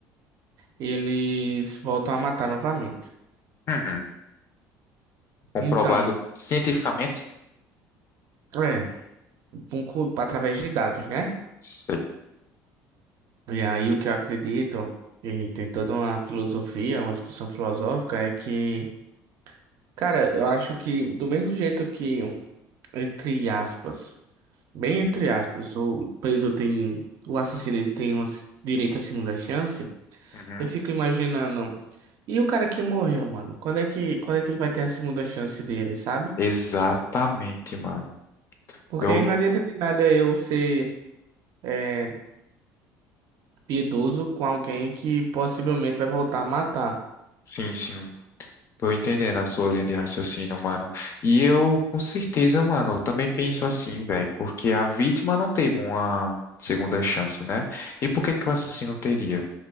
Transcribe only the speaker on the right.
Eles voltam a matar novamente.
Então,
é, com- com- através de dados, né?
E aí o que eu acredito, e tem toda uma filosofia, uma discussão filosófica, é que, cara, eu acho que do mesmo jeito que, entre aspas, bem entre aspas, o preso tem, o assassino ele tem um direito à segunda chance,
eu fico imaginando, e o cara que morreu, mano? Quando é que, quando é que ele vai ter a segunda chance dele, sabe?
Porque
não adianta de nada eu ser é, piedoso com alguém que possivelmente vai voltar a matar.